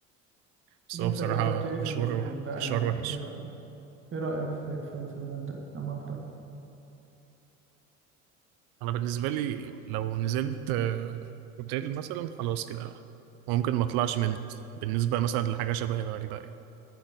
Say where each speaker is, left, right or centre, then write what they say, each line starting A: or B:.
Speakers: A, on the right (about 60°); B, on the right (about 30°).
A: بس
B: طب
A: هو
B: انت
A: بصراحة
B: جربت ايه
A: مشوار
B: في ال... في الغردقه
A: مشوار
B: يعني
A: وحش
B: ايه رأيك ايه رأيك في في, في الغردقه لما رحتها
A: انا بالنسبه لي لو نزلت آه، اوتيل مثلا خلاص كده ممكن ما اطلعش منه اصلا بالنسبه مثلا لحاجه شبه الغردقه يعني.